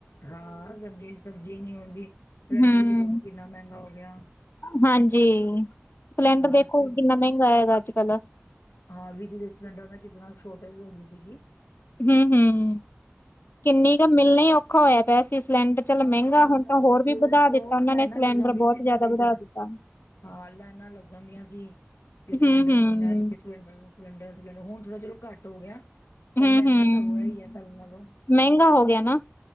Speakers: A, on the left; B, on the left.
A: ਹਾਂ ਸਬਜ਼, ਸਬਜ਼ੀ ਨੀ ਆਉਂਦੀ, ਸਿਲੰਡਰ
B: ਹੂੰ
A: ਵੀ ਦੇਖੋ ਕਿੰਨਾ ਮਹਿੰਗਾ ਹੋ ਗਿਆ।
B: ਹਾਂਜੀ, ਸਿਲੰਡਰ
A: ਹਰ
B: ਦੇਖੋ
A: ਚੀਜ਼
B: ਕਿੰਨਾ ਮਹਿੰਗਾ ਹੈਗਾ ਅੱਜ-ਕੱਲ।
A: ਹਾਂ ਵਿੱਚ ਦੀ ਸਿਲੰਡਰ ਨਾਲ ਕਿਦਨਾ ਸ਼ੋਰਟੇਜ ਹੋਗੀ ਸੀਗੀ।
B: ਹੂੰ, -ਹੂੰ, ਕਿੰਨੀ ਕ ਮਿਲਨਾ ਈ ਔਖਾ ਹੋਇਆ ਪਿਆ ਸੀ ਸਿਲੰਡਰ, ਚੱਲ
A: ਹਾਂ
B: ਮਹਿੰਗਾ
A: ਮਿਲਣਾ
B: ਹੁਨ ਤਾਂ
A: ਹੀ
B: ਹੋਰ
A: ਸਵੇਰ
B: ਵੀ ਵਧਾ
A: ਤੋਂ
B: ਦਿੱਤਾ ਓਨਾਂ
A: ਲਾਈਨਾਂ
B: ਨੇ ਸਿਲੰਡਰ
A: ਲੱਗ ਜਾਂਦੀਆਂ
B: ਬੋਤ
A: ਸੀ
B: ਜਾਦਾ
A: ਸਾਡੇ ਇੱਧਰ
B: ਵਧਾ ਦਿੱਤਾ।
A: ਹਾਂ ਲੈਨਾ ਲੱਗ ਜਾਂਦੀਆਂ ਸੀ ਕਿ
B: ਹੂੰ-ਹੂੰ,
A: ਸਿਲੰਡਰ ਮਿਲਨਾ ਅੱਜ। ਲੰਡਰ ਸਿਲੰਡਰ, ਸਿਲੰਡਰ ਹੁਨ ਥੋੜਾ ਚਲੋ ਘੱਟ ਹੋ ਗਿਆ
B: ਹੂੰ-ਹੂੰ।
A: ਪਰ ਮਹਿੰਗਾ ਤਾਂ ਹੋਆ ਹੀ ਹੈ ਪਹਿਲਾਂ ਨਾਲੋਂ।
B: ਮਹਿੰਗਾ ਹੋ ਗਿਆ ਨਾ,